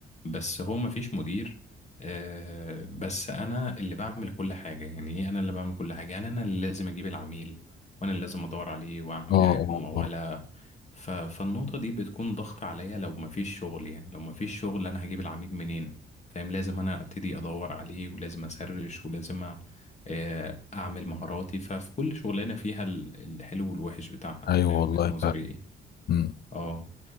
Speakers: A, on the left; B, on the left.
A: بس هو مفيش مدير آه، بس انا اللي بعمل كل حاجه يعني ايه انا اللي بعمل كل حاجه يعني انا اللي لازم اجيب العميل وانا اللي لازم ادور عليه واعمل
B: اه اه
A: اعلانات مموله
B: اه
A: ف... فالنقطه دي بتكون ضغط عليا لو مفيش شغل يعني لو مفيش شغل انا هجيب العميل منين فاهم لازم انا ابتدي ادور عليه ولازم اسرش ولازم أ- آه، اعمل مهاراتي ففي كل شغلانه فيها ال- الحلو والوحش بتاعها
B: ايوه
A: فاهم
B: والله
A: وجهه نظري
B: ف
A: إيه.
B: مم.
A: اه